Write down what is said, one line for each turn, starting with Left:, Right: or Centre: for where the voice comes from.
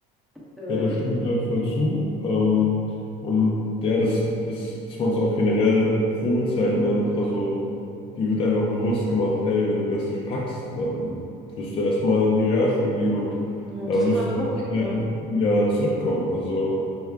Centre: äh,
Left: ja, da stimme ich halt voll zu. Ähm, und ja, das ist, dass man es auch generell Probezeit nennt, also Die wird einfach bewusst gemacht, hey, wenn du das nicht packst, dann wirst du erstmal in die Realschule gehen und
Centre: ja,
Left: da
Centre: totaler
Left: wirst
Centre: Druck.
Left: du nicht so schnell
Centre: Ja,
Left: wieder zurückkommen. Also,